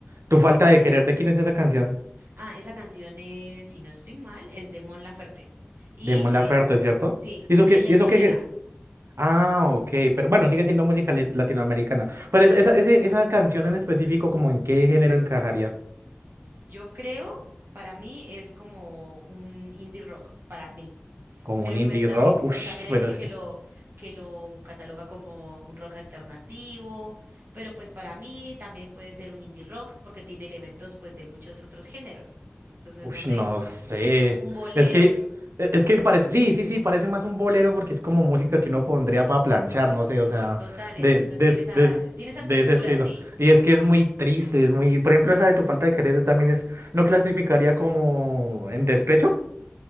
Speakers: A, on the right; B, on the right.
A: Tu falta de querer, ¿de quién es esa canción?
B: Ah, esa canción es, si no estoy mal, es de Mon Laferte. Y
A: De Mon
B: eh,
A: Laferte, ¿cierto?
B: sí,
A: ¿Eso
B: y
A: que
B: ella
A: ¿Eso
B: es chilena.
A: que Ah, ok, pero bueno, sigue siendo música lit- latinoamericana.
B: Sí,
A: Pero es- esa, ese- esa canción en específico, ¿como en qué género encajaría?
B: yo creo, para mí es como un indie rock, para mí.
A: ¿Como
B: Pero
A: un indie
B: pues también,
A: rock? Ush,
B: o también
A: pero
B: hay gente
A: es
B: que
A: que...
B: lo, que lo cataloga como un rock alternativo, pero pues para mí también puede ser un indie rock porque tiene elementos pues de muchos otros géneros. Entonces,
A: Ush,
B: no sé,
A: no sé.
B: un bolero,
A: Es que,
B: Sí,
A: e- es que parece, sí, sí, sí, parece más un bolero porque es como música que uno pondría para planchar, no sé, o sea,
B: total, entonces
A: de, de,
B: tiene esa,
A: de,
B: tiene
A: de
B: esa estructura,
A: ese estilo.
B: sí.
A: Y es que es muy triste, es muy, por ejemplo, esa de tu falta de querer también es, ¿no clasificaría como en despecho?